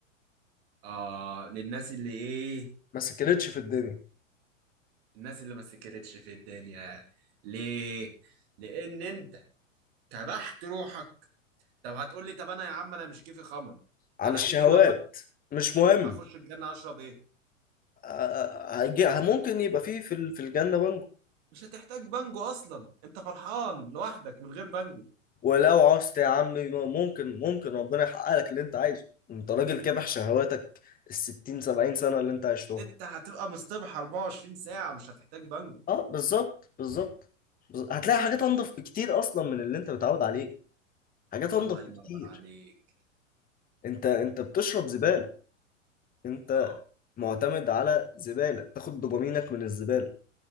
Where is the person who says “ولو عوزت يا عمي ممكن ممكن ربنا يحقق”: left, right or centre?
Left